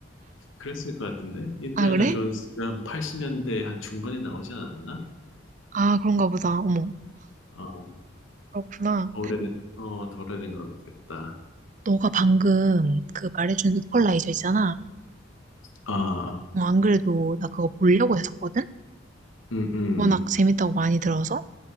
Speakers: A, on the left; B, on the right.
A: 그랬을 것 같은데? 인디아나
B: 아 그래?
A: 존스가 한 80년대 한 중반에 나오지 않았나?
B: 아 그런가 보다. 어머
A: 어,
B: 그렇구나.
A: 더 오래된, 어, 더 오래된 것 같겠다.
B: 너가 방금 그 말해준 이퀄라이저 있잖아.
A: 아,
B: 어, 안 그래도 나 그거 보려고 했었거든.
A: 음,
B: 워낙
A: 음.
B: 재밌다고 많이 들어서